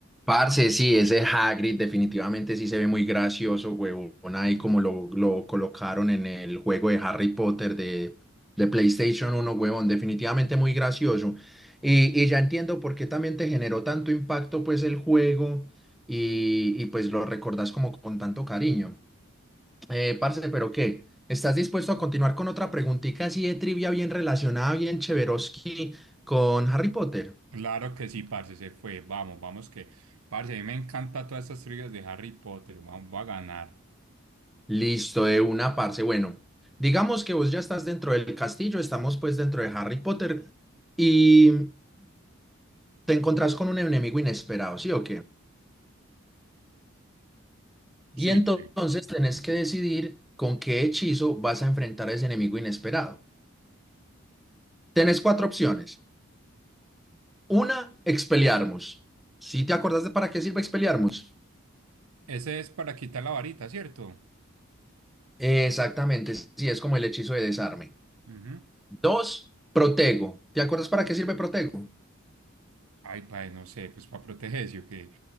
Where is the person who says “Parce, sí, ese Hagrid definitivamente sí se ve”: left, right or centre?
Centre